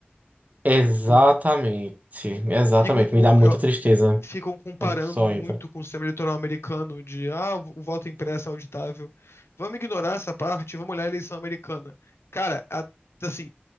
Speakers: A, on the right; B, on the left.
A: Exatamente.
B: Tipo,
A: Exatamente.
B: ficam com.
A: Me dá muita tristeza
B: ficam comparando
A: quando o pessoal
B: muito
A: entra.
B: com o sistema eleitoral americano de ah, o voto impresso é auditável. Vamos ignorar essa parte, vamos olhar a eleição americana. Cara, a- assim,